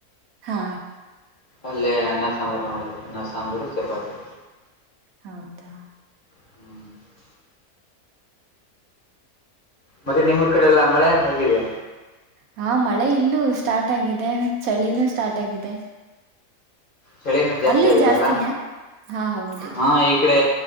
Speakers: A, on the right; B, on the left.
A: ಹಾ
B: ಅಲ್ಲೇ ಅನ್ನ ಸಾಂಬಾರು ಮಾಡಿದೆ ಅನ್ನ ಸಾಂಬಾರು ಚಪಾತಿ
A: ಹೌದಾ
B: ಹ್ಮ ಮತ್ತೆ ನಿಮ್ಮೂರ್ ಕಡೆ ಎಲ್ಲಾ ಮಳೆ ಹೇಗಿದೆ
A: ಹಾ ಮಳೆ ಇಲ್ಲೂ ಸ್ಟಾರ್ಟ್ ಆಗಿದೆ ಚಳಿನೂ ಸ್ಟಾರ್ಟ್ ಆಗಿದೆ
B: ಚಳೀನು ಜಾಸ್ತಿ
A: ಅಲ್ಲಿ
B: ಆಗಿದ
A: ಜಾಸ್ತಿನ
B: ಅಲ್ಲ
A: ಹಾ ಹೌದು
B: ಹ ಈ ಈ ಕಡೆ